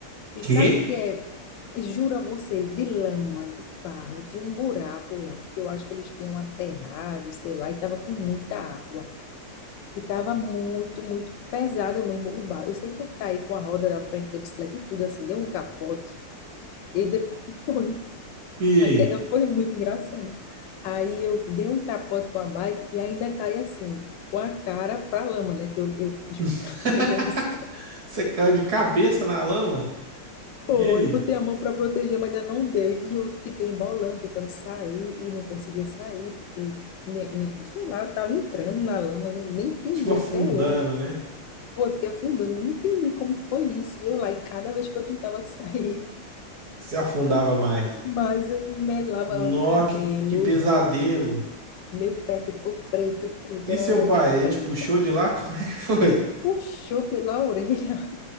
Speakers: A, on the left; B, on the right.
A: E
B: Quê?
A: sabe o que é? Juro a você, de lama, de barro, de um buraco lá, que eu acho que eles tinham aterrado, sei lá, e tava com muita água. E tava muito, muito pesado mesmo o barro. Eu sei que eu caí com a roda da frente da bicicleta e tudo, assim, deu um capote. E depois, <laughs>
B: E
A: a
B: aí?
A: queda foi muito engraçada. Aí eu dei um capote com a bike e ainda caí assim, com a cara pra lama, né? Que eu, eu <laughs>
B: <laughs>
A: caí da bicicleta.
B: Você caiu de cabeça na lama?
A: Pô,
B: E aí?
A: eu botei a mão para proteger, mas ainda não deu. E eu fiquei embolando, tentando sair e não conseguia sair, porque, me, me- sei lá, eu estava entrando na lama, eu não- nem entendi
B: Tipo afundando,
A: até hoje.
B: né?
A: Pô, eu fiquei afundando, nem entendi como foi isso. E eu lá, e cada vez que eu tentava sair,
B: Se afundava mais.
A: <laughs> mas eu me melava
B: Nó,
A: o cabelo,
B: que, que pesadelo.
A: o rosto, meu pé ficou preto, preto,
B: E
A: era
B: seu
A: uma lama
B: pai, ele
A: preta.
B: te puxou de lá? <laughs> Como é que foi?
A: Me puxou pela orelha.